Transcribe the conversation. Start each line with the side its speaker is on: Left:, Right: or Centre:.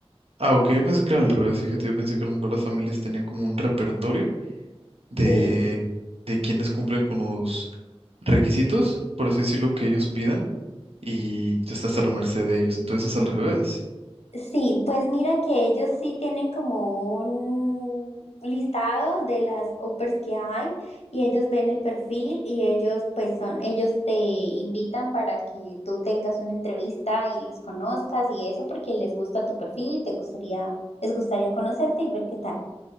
Right: Ah, ok, yo pensé que era al revés, fíjate, yo pensé que a lo mejor las familias tenían como un repertorio de,
Left: Sí.
Right: de quienes cumplen con los requisitos, por así decirlo, que ellos pidan, y tú estás a la merced de ellos. Entonces es al revés.
Left: Sí, pues mira que ellos sí tienen como un listado de las offers que hay y ellos ven el perfil y ellos pues son, ellos te invitan para que tú tengas una entrevista y los conozcas y eso porque les gusta tu perfil y te gustaría, les gustaría conocerte y ver qué tal.